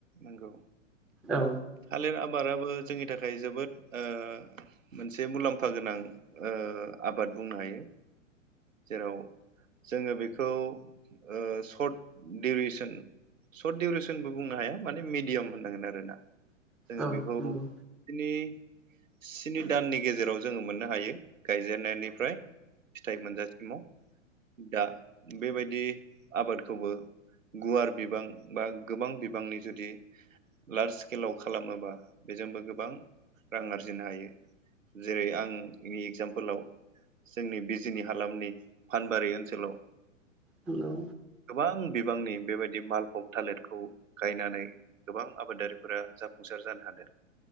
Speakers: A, on the right (about 75°); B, in the centre.
A: नंगौ
B: औ
A: थालिर आबादाबो जोंनि थाखाय जोबोद ओ मोनसे मुलामफा गोनां ओ आबाद बुंनो हायो जेराव जोङो बेखौ ओ सर्ट डउरेसन सर्ट डउरेसनबो बुंनो हाया माने मिडियाम होननांगोन आरोना जोङो
B: औ
A: बेखौ
B: नंगौ
A: बिनि स्नि दाननि गेजेराव जोङो मोननो हायो गायजेननायनिफ्राय फिथाइ मोनजासिमाव दा बेबायदि आबादखौबो गुवार बिबां बा गोबां बिबांनि जुदि लार्ज स्केलाव खालामोबा बेजोंबो गोबां रां आरजिनो हायो जेरै आंनि एगजामपोलाव जोंनि बिजिनि हालामनि फानबारि ओनसोलाव
B: नंगौ
A: गोबां बिबांनि बेबायदि मालफक थालिरखौ गायनानै गोबां आबादारिफोरा जाफुंसार जानो हादों